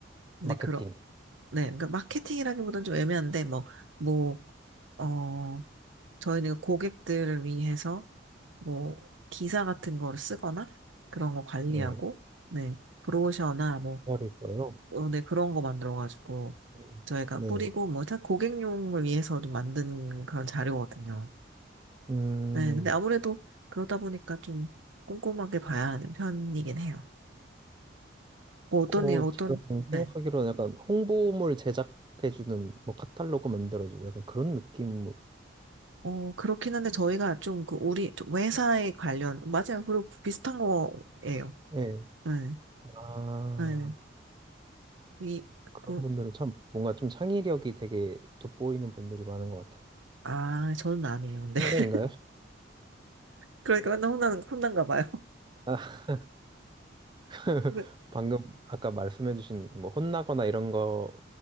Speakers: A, on the right (about 80°); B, on the right (about 25°).
A: 근데
B: 마케팅.
A: 그런 네. 그러니까 마케팅이라기보다는 좀 애매한데, 뭐, 뭐, 어, 저희는 고객들을 위해서 뭐, 기사 같은 거를 쓰거나 그런 거 관리하고,
B: 네.
A: 네. 브로셔나 뭐,
B: 잘 있어요.
A: 어, 네, 그런 거 만들어가지고
B: 음.
A: 저희가
B: 네.
A: 뿌리고 뭐 다 고객용을 위해서 좀 만든 그런 자료거든요.
B: 음,
A: 네, 근데 아무래도 그러다 보니까 좀 꼼꼼하게 봐야 하는 편이긴 해요. 뭐 어떤
B: 어,
A: 일, 어떤,
B: 제가 지금
A: 네.
B: 생각하기로는 약간 홍보물 제작해주는, 뭐, 카탈로그 만들어주고 약간 그런 느낌,
A: 어, 그렇긴 한데 저희가 좀 그 우리 좀 회사에 관련, 맞아요. 그리고 비슷한 거예요.
B: 예.
A: 네,
B: 아,
A: 네. 이,
B: 그런
A: 그,
B: 분들은 참 뭔가 좀 창의력이 되게 돋보이는 분들이 많은 것 같아요.
A: 아, 저는 아니에요. 근데.
B: 편견인가요?
A: <laughs> 그러니까 맨날 혼나는, 혼난가 봐요.
B: 아, <laughs>
A: <laughs>
B: 방금 아까 말씀해주신 뭐, 혼나거나 이런 거